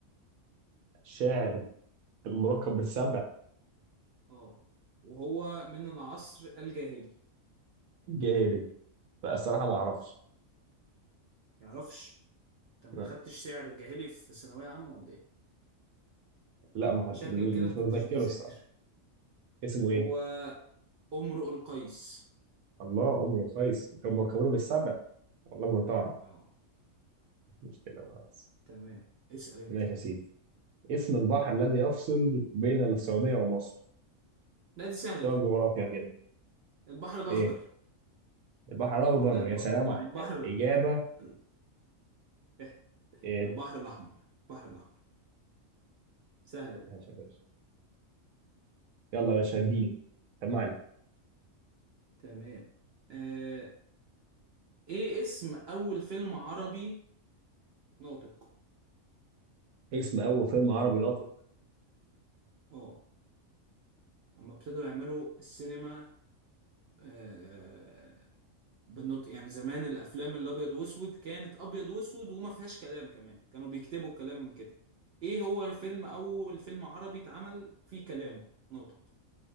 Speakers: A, on the right; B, on the right.
A: الشاعر الملقب بالسبع
B: اه وهو من العصر الجاهلي
A: الجاهلي لا الصراحه ما
B: مم.
A: اعرفش
B: يعرفش انت
A: لا
B: ما خدتش سعر في جاهلي في ثانوية عامة ولا ايه
A: لا ما حد-
B: شكلك كده
A: مش
B: ما كنتش
A: متذكره
B: بتذاكر
A: الصراحه اسمه ايه
B: هو امرؤ القيس
A: الله عمره قيس كان ملقبينه بالسبع والله ما كنت اعرف
B: اه
A: مشكله بقى بس
B: تمام اسأل انت
A: ماشي يا سيدي اسم البحر الذي يفصل بين السعودية ومصر
B: لا دي سهلة
A: شغل
B: دي
A: جغرافيا كده
B: البحر الأخضر
A: ايه البحر الأخضر
B: لا الب...
A: يا سلام ع-
B: البحر ال-
A: إجابة
B: ال- <laughs>
A: ايه
B: البحر الأحمر البحر الأحمر سهلة دي
A: ماشي يا باشا يلا يا باشا اديني سمعني
B: تمام آه... ايه اسم أول فيلم عربي ناطق
A: اسم أول فيلم عربي ناطق
B: اه اما ابتدوا يعملوا السينما آه... بالنطق يعني زمان الأفلام الأبيض وأسود كانت أبيض وأسود وما فيهاش كلام كمان كانوا بيكتبوا الكلام كده ايه هو الفيلم أول فيلم عربي اتعمل فيه كلام ناطق